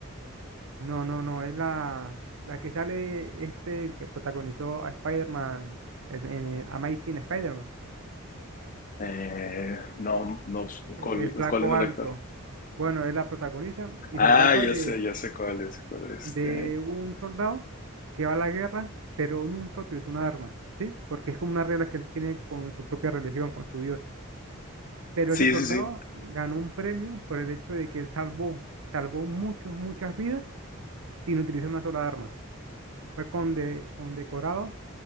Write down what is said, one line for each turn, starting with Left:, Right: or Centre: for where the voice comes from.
Right: No, no, no, es la, la que sale este que protagonizó a Spider-Man en, en eh, Amazing Spider-Man,
Left: Eh, no, no,
Right: e,
Left: ¿cuál,
Right: el flaco
Left: cuál es el
Right: alto.
Left: actor?
Right: Bueno, él la protagoniza y se
Left: Ah,
Right: trata
Left: ya
Right: de,
Left: sé, ya sé cuál, ya sé cuál. Este,
Right: de un soldado que va a la guerra, pero nunca utilizó una arma, ¿sí? Porque es como una regla que él tiene con su propia religión, con su Dios. Pero
Left: sí,
Right: ese soldado
Left: sí, sí.
Right: ganó un premio por el hecho de que él salvó, salvó muchos, muchas vidas sin utilizar una sola arma. Fue conde- condecorado